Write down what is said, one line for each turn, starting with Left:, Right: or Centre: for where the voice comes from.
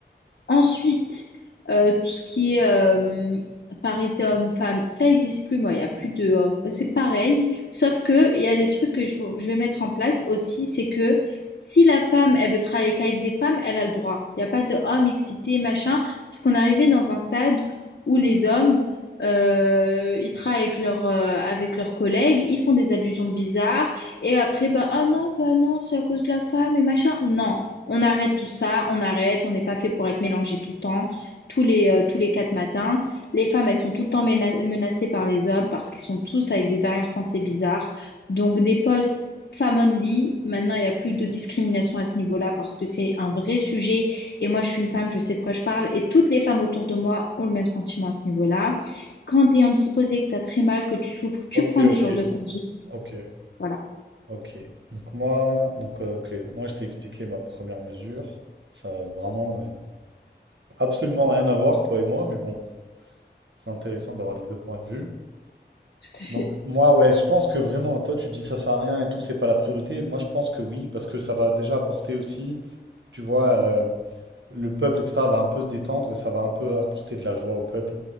Left: Ensuite, euh, tout ce qui est euh, parité homme-femme, ça existe plus, moi. Il y a plus de hommes. C'est pareil, sauf que il y a des trucs que je, je vais mettre en place aussi, c'est que si la femme, elle veut travailler qu'avec des femmes, elle a le droit. Il n'y a pas de hommes excités machin, parce qu'on est arrivé dans un stade où les hommes, euh, ils travaillent avec leurs euh, avec leurs collègues, ils font des allusions bizarres, et après, bah, ah non, bah non, c'est à cause de la femme et machin. Non. On arrête tout ça, on arrête, on n'est pas fait pour être mélangé tout le temps, tous les, euh, tous les quatre matins. Les femmes, elles sont tout le temps mena- menacées par les hommes parce qu'ils sont tous avec des arrière-pensées bizarres. Donc des postes femmes only, maintenant il n'y a plus de discrimination à ce niveau-là parce que c'est un vrai sujet. Et moi, je suis une femme, je sais de quoi je parle. Et toutes les femmes autour de moi ont le même sentiment à ce niveau-là. Quand tu es indisposée, que tu as très mal, que tu souffres, tu
Right: Ok,
Left: prends des
Right: ok,
Left: jours de congé.
Right: ok.
Left: Voilà.
Right: Ok, donc moi, donc, euh, ok, moi je t'ai expliqué ma première mesure. Ça a vraiment euh, absolument rien à voir, toi et moi, mais bon, c'est intéressant d'avoir les deux points de vue.
Left: Tout à fait.
Right: Donc moi, ouais, je pense que vraiment, toi tu dis ça sert à rien et tout, c'est pas la priorité. Moi je pense que oui, parce que ça va déjà apporter aussi, tu vois, euh, le peuple, etc., va un peu se détendre et ça va un peu apporter de la joie au peuple